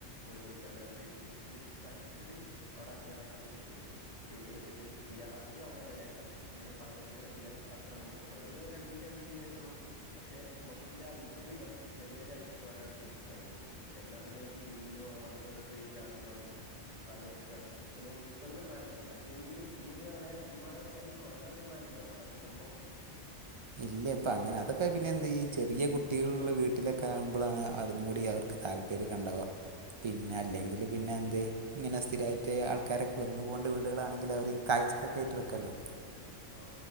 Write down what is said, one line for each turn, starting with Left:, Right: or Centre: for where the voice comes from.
Left: പൊളി പൊളിച്ചാണ്ട് അവിടെ ഒര് ഒരു കട്ടിട്ടിരിരി അവിടെ അക്വേറിയമാക്കി സെറ്റ് യ്ത്ണ്ട് ഗേറ്റുവെച്ചിട്ട് ഈ രാത്രി ആവുപോനെക്കാൾ <unintelligible> കളർലൈറ്റായിട്ടിങ്ങനെ കത്ത്ണത് കാണുമ്പോ ഓരോന്നിന്റെ ഒരു രണ്ടിചേ രണ്ടിചേങ്ങനെക്കെയോള്ളൂ പക്ഷേ മൊത്തത്തില് വെല്ല്യാത് ഒഴിവാക്കിട്ട് ചെറിയത് ആക്കിട്ട് കൊളാക്കി വെച്ചിക്കണ് ഇപ്പോ വീട്ടിലാണെങ്കി തിമീനും വളർത്തുന്നതൊക്കെ ഒരു ഭ്രാന്തുള്ളത് കൊണ്ട് അങ്ങനെ വെച്ചേക്കാ പിന്നെ വിക്ണെത് പ്ലാന്ണ്ട് അൻക്കെന്തിയെ പുതിയ എന്തേം അങ്ങനെ ഒന്നുബാടെ പേരിൽ തുടങ്ങാൻ എന്തേലും പ്ലാനുണ്ടോ സനോ സഭംവം
Right: ഇല്ല പ്പ അങ്ങനെ അതൊക്കെ പിന്നെ എന്തായീ ചെറിയ കുട്ടികളുളള വീട്ടിലൊക്കെ ആകുമ്പളാണ് അവരൊന്നും കൂടി അവർ താല്പര്യക്കെണ്ടാവാ പിന്നെ അല്ലെങ്കില് പിന്നെ എന്തേ ഇങ്ങനെ സ്ഥിരായിട്ട് ആൾക്കാരൊക്കെ വെന്ന് കൊണ്ട് വീടുകളാണെങ്കില് അവര് കാഴ്ചക്കൊക്കെയായിട്ട് വെക്കുല്ലോ
Left: ലോ